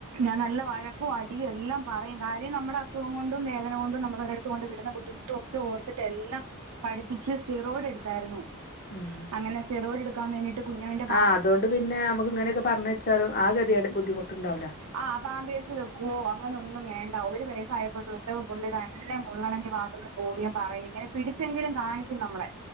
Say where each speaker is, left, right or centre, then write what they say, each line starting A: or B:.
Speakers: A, on the right (about 85°); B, on the left (about 40°).
A: ഞാൻ നല്ല വഴക്കു അടിയും എല്ലാം പറയും. കാര്യം നമ്മടെ അസുഖം കൊണ്ടും വേദന കൊണ്ടും നമ്മൾ ഒരെട കൊണ്ട് വിട്ന്ന ബുദ്ധിമുട്ടും ഒക്കെ ഓർത്തിട്ട് എല്ലാം പഠിപ്പിച്ച് സിറോടെട്ത്തായ്ര്ന്നു.
B: ഉം
A: അങ്ങനെ സിറോയ്ട് ട്ക്കാൻ വേണ്ടിട്ട് കുഞ്ഞൻന്റെ
B: ആഹ്, അതോണ്ട് പിന്നെ അമ്മക്ക് ങ്ങനൊക്കെപർഞ്ഞെച്ചാലും ആ കെത്യേട് ബുദ്ധിമുട്ട്ണ്ടാവൂലാ.
A: ആ പാമ്പേഴ്സ് വെക്കുവോ അങ്ങനെ ഒന്നും വേണ്ട. ഒരു വെയസായപ്പോ തൊട്ട് പുള്ളി തന്നെ മുള്ളണെങ്കി ബാത്‌റൂമി പോകില്ല പറയില്ല അത് തിരിച്ചെങ്കിലും കാണിക്കും നമ്മള്